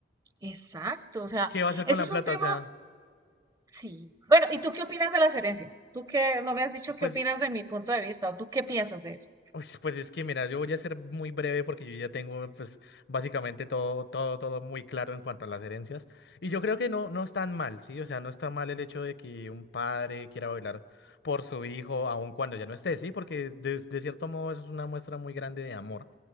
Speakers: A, on the right (about 20°); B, on the left (about 75°).
A: Exacto, o sea,
B: ¿Qué va a hacer
A: eso
B: con la
A: es
B: plata?
A: un tema
B: O sea,
A: Sí. Bueno, ¿y tú qué opinas de las herencias? Tú que no me has dicho qué
B: pues
A: opinas de mi punto de vista, o tú qué piensas de eso.
B: Uy, pues es que mira, yo voy a ser muy breve porque yo ya tengo pues básicamente todo, todo, todo muy claro en cuanto a las herencias. Y yo creo que no, no es tan mal, ¿sí? O sea, no está mal el hecho de que un padre quiera velar por su hijo aun cuando ya no esté, ¿sí? Porque de, de cierto modo eso es una muestra muy grande de amor.